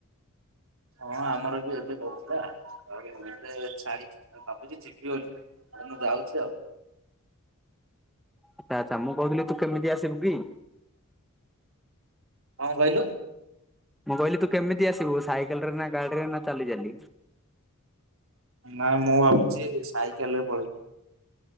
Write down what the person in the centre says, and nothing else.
ଆଛା ଆଛା ମୁଁ କହୁଥିଲି ତୁ କେମିତି ଆସିବୁ କି?
ମୁଁ କହିଲି ତୁ କେମିତି ଆସିବୁ ସାଇକେଲ ରେ ନା ଗାଡିରେ ନା ଚାଲି ଚାଲି।